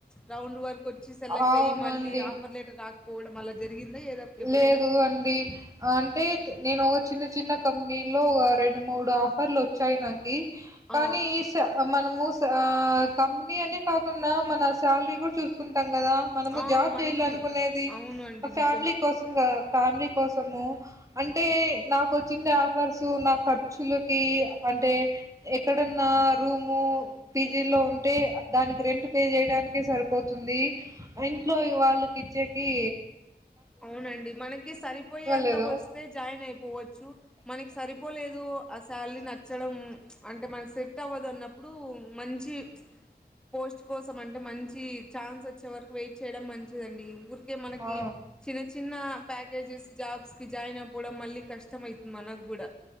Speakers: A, in the centre; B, on the right.
A: రౌండ్ వరకు వచ్చి సెలెక్ట్
B: అవునండి
A: అయ్యి మళ్ళీ ఆఫర్ లెటర్ రాకపోవడం అలా జరిగిందా ఏదో ఎప్పుడైనా
B: లేదు అండి అంటే నేను ఒక చిన్న చిన్న కంపెనీలో ఒగ రెండు మూడు ఆఫర్లు వచ్చాయి నాకి కానీ
A: ఆ
B: ఈ స మనము స ఆ కంపనీ అని కాకుండా మన శాలరీ కూడా చూసుకుంటాం కదా మనము
A: ఆ
B: జాబ్
A: మనకి
B: చెయాల అనుకునేది
A: అవును అండి నిజమే
B: ఫ్యామిలీ కోసం ఫ్యామిలీ కోసము అంటే నాకు వచ్చిండే ఆఫర్స్ నా ఖర్చులకి అంటే ఎక్కడన్నా రూము పీజీ లో ఉంటే దానికి రెంట్ పే చేయడానికే సరిపోతుంది ఇంట్లో వాళ్లకి ఇచ్చెక్కి
A: అవునండి మనకి సరిపోయేంత
B: లేదు
A: వస్తే జాయిన్ అయిపోవచ్చు మనకి సరిపోలేదు ఆ సాల్రీ నచ్చడం అంటే మనకు సెట్ అవ్వదున్నప్పుడు మంచి పోస్ట్ కోసం అంటే మంచి ఛాన్స్ వచ్చే వరకు వెయిట్ చేయడం మంచిదండి ఊర్ కే మనకి
B: ఆ!
A: చిన్న చిన్న ప్యాకేజెస్ జాబ్స్‌కి జాయిన్ అయిపోవడం మళ్ళీ కష్టం అయితుంది మనక్కూడా